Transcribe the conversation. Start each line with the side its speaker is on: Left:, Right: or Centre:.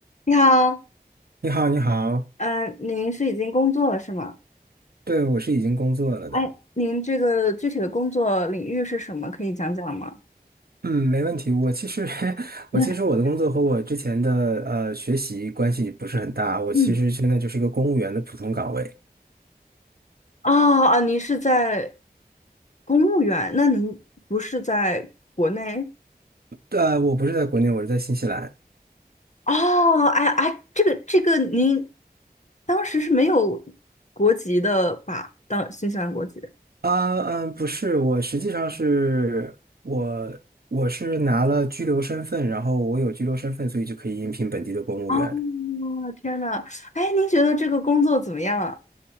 Left: 你好，
Right: 你好，你好，
Left: 嗯、您是已经工作了是吗？
Right: 对，我是已经工作了的。
Left: 哎，您这个具体的工作领域是什么？可以讲讲吗？
Right: 嗯，没问题。我其实，<laughs> 我其实我的工作和我之前的呃学习关系不是很大。
Left: <laughs>
Right: 我其实现在就是一个公务员的普通岗位。
Left: 嗯，哦啊，您是在公务员，那您不是在国内？
Right: 对，我不是在国内，我是在新西兰。
Left: 哦，哎哎，这个这个，您当时是没有国籍的吧？当新西兰国籍。
Right: 啊，嗯，不是，我实际上是我我是拿了居留身份，然后我有居留身份，所以就可以应聘本地的公务员。
Left: 哦，天呐，哎，您觉得这个工作怎么样啊？